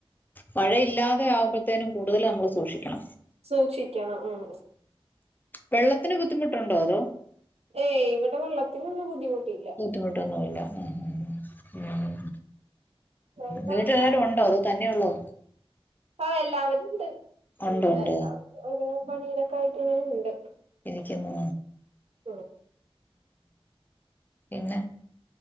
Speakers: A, on the left; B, on the right.
A: മഴയില്ലാതെ ആവുമ്പത്തേനും കൂടുതൽ നമ്മൾ സൂക്ഷിക്കും.
B: സൂക്ഷിക്കണം ഉം
A: വെള്ളത്തിന് ബുദ്ധിമുട്ടുണ്ടോ? അതോ
B: ഏയ് ഇവിടെ വെള്ളത്തിനൊന്നും ബുദ്ധിമുട്ടില്ല.
A: ബുദ്ധിമുട്ടൊന്നും ഇല്ല, ഉം ഉം
B: വെള്ള
A: വീട്ടിൽ ആരെങ്കിലും ഉണ്ടോ അതോ ങ്ങനെയ ഉള്ളോ?.
B: ആ എല്ലാവരുംണ്ട്,
A: ഉണ്ട്
B: ഉം
A: ഉണ്ട്
B: എല്ലാവരും ഓരോ പണിരൊക്കെ ആയിട്ട് ഇങ്ങെ ഉണ്ട്.
A: ഇരിക്കുന്നു
B: ഉം
A: പിന്നെ